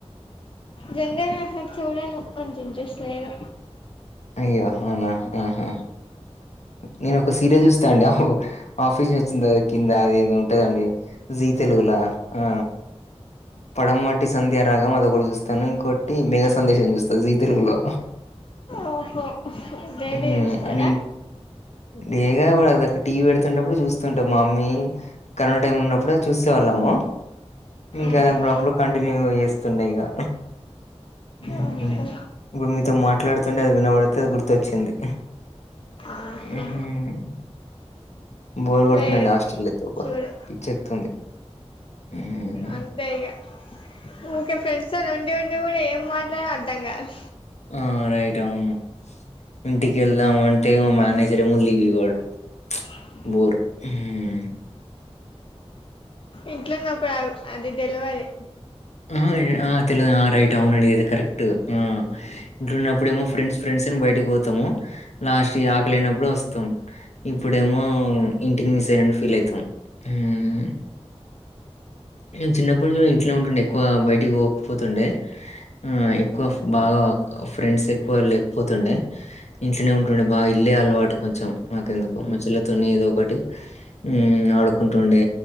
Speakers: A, on the left; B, on the left.
A: జనరల్ గా అహ చూడను కొంచం జస్ట్ లైకు.
B: అయ్యా అవునా ఆహా నేను ఒక సీరియల్ చూస్త్. తా అండి అహు ఆఫీస్ వచ్చింది తర కిందా అది ఏదో ఉంటదండి. జీ తెలుగులా ఆ పడమటి సంధ్యారాగం అదకొటి చూస్తాను ఇంకోటి మెఘ సందేశం చూస్త జీ తెలుగులో.
A: ఓహో డైలీ
B: ఊ
A: చూస్తారా
B: నీ డేగా బడదక్క టీవీ పెడుతుంటప్పుడు చూస్తుంటా మా మమ్మీ. కరోనా టైం లున్నప్పుడు అది చూస్తేవాళ్ళమూ. ఇంకా
A: ఉహు
B: అది అప్పుడప్పుడు కంటిన్యూగ చేస్తున్నా ఇగా. ఊహు
A: ఓహో
B: ఇప్పుడు మీతో మాట్లాడుతుంటే అది వినబడితే అది గుర్తొచ్చింది.
A: ఆహా
B: ఉహ్ము బోర్ కొడుతుందండి
A: లేదు
B: హాస్ట్రల్ అయితే అబ్బా
A: చూడు
B: పిచ్చెక్కుతుంది. ఊఉ
A: అంతే ఇగ ఊకే ఫ్రెండ్స్ తోని ఉండి ఉండి కూడా ఏం మాట్లాడాలో అర్థం గాదు.
B: ఆ రైట్ అవును ఇంటికి ఎళ్దామని అంటే మా మేనేజర్ ఏమో లీవ్ ఇవ్వడు.
A: అ
B: బోరు హ్మూ
A: ఇంట్లున్నప్పుడు అవ్ అది దెల్వది.
B: ఆహ ఈ ఆ తెల్వదు ఆ రైటు అవునండి ఇది కరెక్టూ. ఆ ఇంట్లున్నప్పుడు ఏమో ఫ్రెండ్స్ ఫ్రెండ్స్ అని బయటకి పోతము లాస్ట్ ఇగా ఆకలైనప్పుడు వస్త్. తం ఇప్పుడేమో ఇంటిని మిస్ అయినని ఫీల్ అయిత్ తం హ్మూ నేను చిన్నప్పుడు గూడ ఇంట్లోనే ఉంటుండే. ఎక్కువ బయటికి పోకపోతుండే ఆ ఎక్కువ బాగా. ఫ్రెండ్స్ ఎక్కువా లేకపోతుండే. ఇంట్లోనే ఉంటుండే బాగా ఇల్లే అలవాటు కొంచెం నాకెందుకో మా చెల్లతోని ఏదో ఒకటి. హ్మా ఆడుకుంటుండే